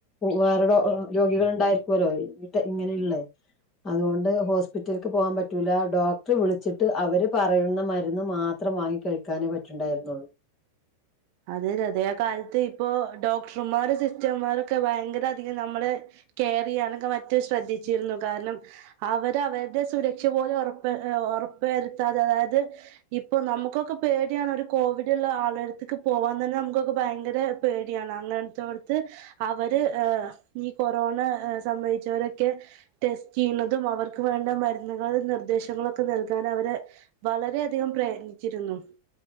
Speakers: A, on the left; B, on the right.
A: വേറെ രോഗികൾ ഉണ്ടായിരിക്കോല്ലോ ഇട്ട് ഇങ്ങനെയ്ള്ളേ. അതുകൊണ്ട് ഹോസ്പിറ്റൽക്ക് പോകാൻ പറ്റൂല ഡോക്ടർ വിളിച്ചിട്ട് അവര് പറയുന്ന മരുന്ന് മാത് ത്രം വാങ്ങി കഴിക്കാനേ പറ്റിണ്ടായിരുന്നുള്ളൂ.
B: അതെതെ അതേ കാലത്ത് ഇപ്പൊ ഡോക്ടർമാർ സിസ്റ്റർമാരൊക്കെ ഭയങ്കര അധികം നമ്മള്. കെയറെയ്യാനോക്കെ മറ്റു ശ്രദ്ധിച്ചിരുന്നു കാരണം അവര അവരുടെ സുരക്ഷ പോലെ ഉറപ്പ് ഉറപ്പവരുത്താതെ അതായത് ഇപ്പൊ നമുക്കൊക്കെ പേടിയാണ് ഒരു കോവിഡ്ള്ള ആളടത്ക്ക് പോവാൻ തന്നെ നമുക്കൊക്കെ ഭയങ്കര പേടിയാണ് അങ്ങനെടുത്തോടുത്ത് അവര് ഏഹ് ഈ കൊറോണ സംബവിച്ചവരൊക്കെ ടെസ്റ്റ് ചെയ്യുന്നതും അവർക്ക് വേണ്ട മരുന്നുകൾ നിർദ്ദേശങ്ങളൊക്കെ നൽകാൻ അവര് വളരെയധികം പ്രയത്നിച്ചിരുന്നു